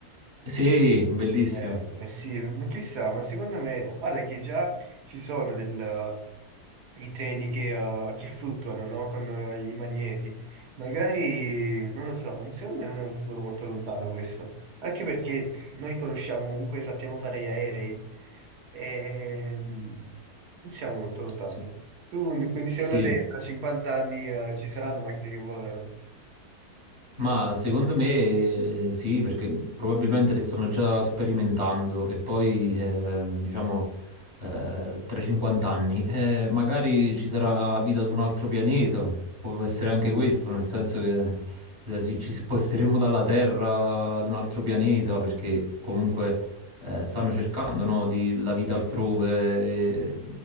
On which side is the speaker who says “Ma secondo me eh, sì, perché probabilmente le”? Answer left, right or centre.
Right